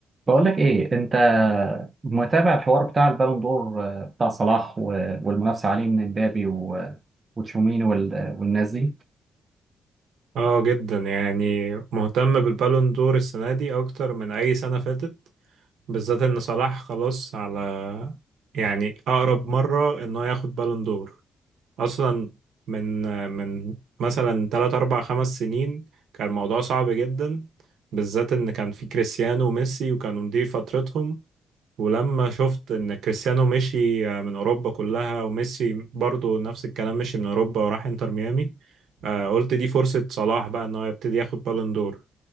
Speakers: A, on the right (about 25°); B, on the right (about 80°).
A: بقول لك ايه انت متابع الحوار بتاع البالون دور آه، بتاع صلاح و- والمنافسه عليه من امبابي و- وتشوميني وال- والناس دي
B: اه جدا يعني مهتم بالبالون دور السنة دي أكتر من أي سنة فاتت بالذات إن صلاح خلاص على يعني أقرب مرة إنه ياخد بالون دور أصلا من من مثلا تلات أربع خمس سنين كان الموضوع صعب جدا بالذات إن كان في كريستيانو وميسي وكانوا مدير فترتهم ولما شفت ان كريستيانو مشي آه، من اوروبا كلها وميسي برضو نفس الكلام مشي من اوروبا وراح انتر ميامي آه، قلت دي فرصة صلاح بقى ان هو يبتدي ياخد بالون دور